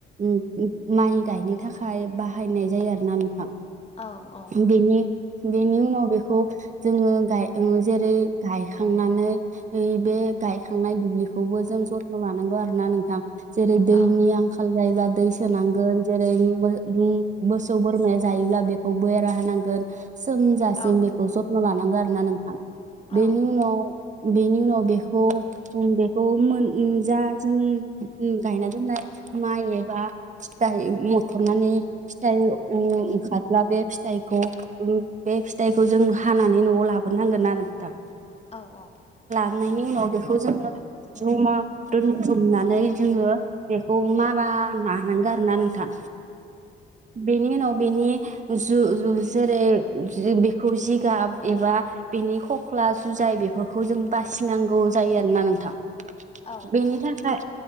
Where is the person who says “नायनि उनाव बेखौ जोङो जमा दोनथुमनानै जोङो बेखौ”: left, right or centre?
Right